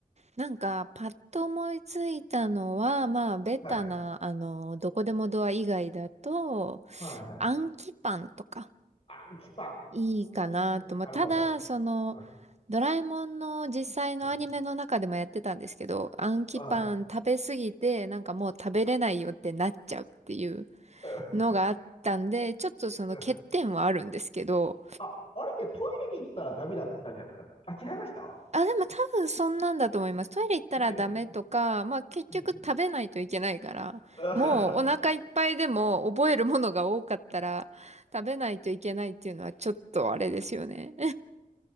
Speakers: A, on the right; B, on the left.
A: なんか、パッと思いついたのは、まあ、ベタな、
B: はい。
A: あの、どこでもドア以外だと、
B: はいはい。
A: 暗記パンとか。
B: アンキパン。
A: いいかなと。
B: うーん、
A: まあ、
B: なるほど。
A: ただ、その、
B: うん
A: ドラえもんの実際のアニメの中でもやってたんですけど、
B: うん
A: アンキパン食べすぎて、
B: はい。
A: なんかもう食べれないよってなっちゃうっていう
B: うん
A: のがあったんで、ちょっとその欠点はあるんですけど、
B: うんあ、あれでトイレに行ったらダメだったんじゃなかったあ、違いました
A: あ、でも多分そんなんだと思います。トイレ行ったらダメとか、
B: ね。
A: まあ結局食べないといけないから、
B: うんうん。
A: もうお腹いっぱいでも覚えるものが多かったら食べないといけないっていうのはちょっとあれですよね。